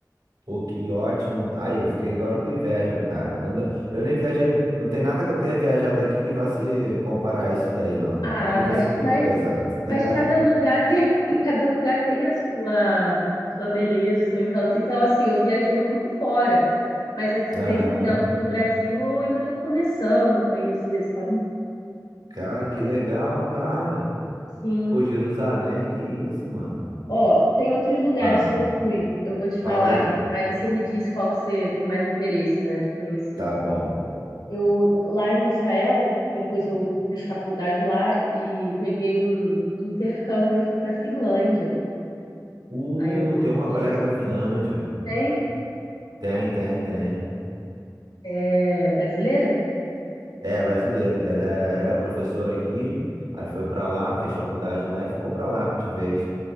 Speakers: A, on the right; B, on the left.
A: Pô, que ótimo. Aí, eu fiquei agora com inveja, cara. Manda- Eu nem viajei. Não tem nada que eu tenha viajado aqui que vá se comparar a isso daí, não. pô.
B: Ah,
A: Aí
B: mas,
A: você pegou
B: mas
A: pesado. <laughs>
B: Mas cada lugar tem, <laughs> cada lugar tem a sua, sua beleza, o seu encanto. Então, assim, eu viajei muito fora, mas aqui
A: Aham.
B: mesmo dentro do Brasil eu ainda estou começando a conhecer, sabe?
A: Cara, que legal, cara.
B: Sim.
A: Pô, Jerusalém, que isso, mano.
B: Ó, tem outros lugares
A: Ah,
B: que eu fui, eu vou te falar.
A: fala aí.
B: Aí você me diz qual que você tem mais interesse, né, de conhecer.
A: Tá bom.
B: Eu, lá em Israel, depois eu fiz faculdade lá e peguei um intercâmbio, eu fui para Finlândia.
A: Uh,
B: Aí eu fiquei,
A: tem uma colega da Finlândia.
B: hein?
A: Tem, tem, tem.
B: É brasileira?
A: É, brasileira. Ela é- era professora aqui, aí foi pra lá, fez faculdade lá e ficou pra lá de vez.